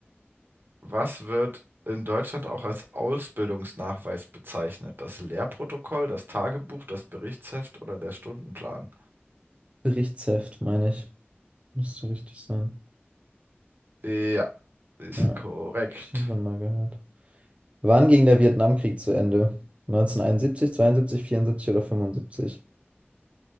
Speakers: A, on the right (about 55°); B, on the right (about 30°).
A: was wird in Deutschland auch als Ausbildungsnachweis bezeichnet? Das Lehrprotokoll, das Tagebuch, das Berichtsheft oder der Stundenplan?
B: Berichtsheft, meine ich. Müsste richtig sein.
A: Ja, ist
B: Ja, habe
A: korrekt.
B: ich irgendwann mal gehört. Wann ging der Vietnamkrieg zu Ende? Neunzehnhunderteinundsiebzig, zweiundsiebzig, vierundsiebzig oder 75?